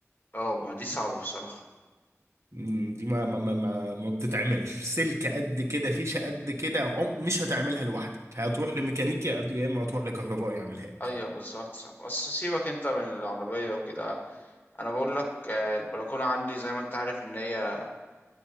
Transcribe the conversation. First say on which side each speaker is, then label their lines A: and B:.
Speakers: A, on the left; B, on the right.
A: اه ما دي صعبة بصراحة
B: مم، دي ما ما ما ما, ما بتتعملش سلك قد كده فيشة قد كده عم- مش هتعملها لوحدك هتروح لميكانيكي يا إما هتروح لكهربائي يعملها لك
A: ايوه بالظبط صعب بس سيبك انت من العربية وكده انا بقول لك آه، البلكونة عندي زي ما انت عارف ان هي